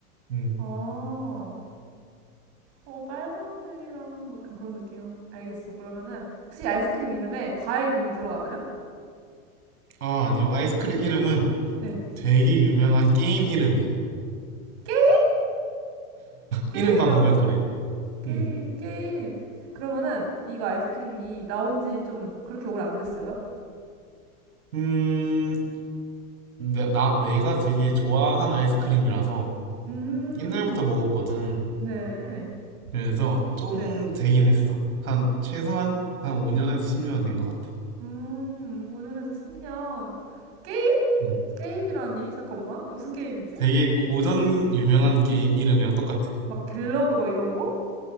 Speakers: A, on the right; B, on the right.
A: 음.
B: 어,
A: 음.
B: 어, 빨간색이랑 뭐 약간 그런 느낌. 알겠어. 그러면은, 혹시 아이스크림 이름에 과일 이름이 들어가나요?
A: 아, 아니요. 아이스크림 이름은
B: 네.
A: 되게 유명한 게임 이름이에요.
B: 게임, 게임이라고?
A: 이름만 보면 그래.
B: 게임,
A: 음.
B: 게임. 그러면은, 이거 아이스크림이 나온 지 좀 그렇게 오래 안 됐어요?
A: 음, 나, 나- 내가 되게 좋아한 아이스크림이라서
B: 음,
A: 옛날부터 먹었거든.
B: 네.
A: 그래서 좀
B: 네.
A: 되긴 했어. 한 최소한 한 5년에서 10년은 된 것 같아.
B: 음, 5년에서 10년. 게임
A: 음.
B: 게임이라니? 잠깐만. 무슨 게임이지?
A: 되게 고전 유명한 게임 이름이랑 똑같아.
B: 막 갤러그 막 이런 거?